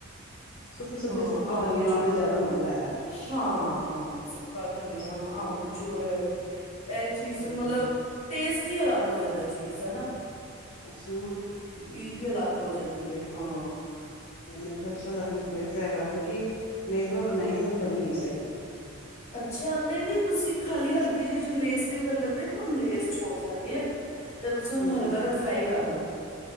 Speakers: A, on the left; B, on the left.
A: ਸੁੱਕੀ ਸਬਜ਼ੀ
B: ਹਾਂ
A: ਸੁੱਕਾ
B: ਆਮਚੂਰ
A: ਧਨੀਆ ਨਾਲ ਤੇ ਜਿਆਦਾ ਮਜ਼ਾ ਹੈਗਾ
B: ਹਾਂ ਹਾਂ ਸੁੱਕਾ ਧਨੀਆ
A: ਸੁੱਕਾ ਧਨੀਆ
B: ਆਮਚੁਰ ਇਹ ਚੀਜ਼
A: ਹਾਂਜੀ
B: ਮਤਲਬ ਟੇਸਟ ਹੀ ਅਲੱਗ ਹੋ ਜਾਂਦਾ ਚੀਜ਼ ਦਾ ਨਾ
A: ਅੱਛਾ ਹੂੰ
B: ਚੀਜ਼ ਹੀ ਅਲੱਗ ਹੋ ਜਾਂਦੀ ਹੈ ਹਾਂ
A: ਮੈਨੂੰ ਤਾਂ ਅੱਛਾ ਲੱਗਿਆ ਮੈਂ ਵੀ ਟਰਾਈ ਕਰਾਂਗੀ ਕਿਉਂਕਿ ਮੈਂ ਇੱਕ ਦੋ ਵਾਰ ਬਣਾਈ ਨਾ ਮੇ ਕੋ ਬਣੀ ਨੀ ਸਈ।
B: ਅੱਛਾ ਨਈ-ਨਈ ਤੁਸੀ ਖਾਲੀ ਹਲਕੀ ਜਿਹੇ ਲੇਸ ਲੱਗਦੇ ਤੁਾਨ ਲੇਸ ਛੋੜ ਜਾਂਦੀ ਏ। ਤੇ ਤੁਸੀਂ ਉਨੂੰ
A: ਹਾਂਜੀ
B: ਹਲਕਾ ਜਿਹਾ ਫਰਾਈ ਕਰ ਲਓ।